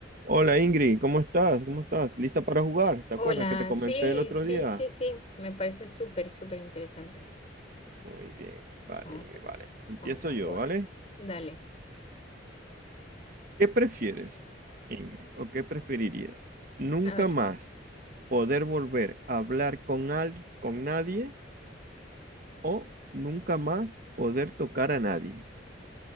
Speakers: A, on the right; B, on the left.
A: Hola Ingrid, ¿cómo estás? ¿Cómo estás? ¿Lista para jugar? ¿Te
B: Hola,
A: acuerdas que te comenté
B: sí,
A: el otro
B: sí,
A: día?
B: sí, sí, me parece súper, súper interesante.
A: Muy bien, vale
B: Vamos
A: Ingrid,
B: a,
A: vale. Empiezo
B: vamos a
A: yo,
B: jugar.
A: ¿vale?
B: Dale,
A: ¿Qué prefieres, Ingrid? ¿O qué preferirías? ¿Nunca
B: a ver.
A: más poder volver a hablar con, al- con nadie o nunca más poder tocar a nadie?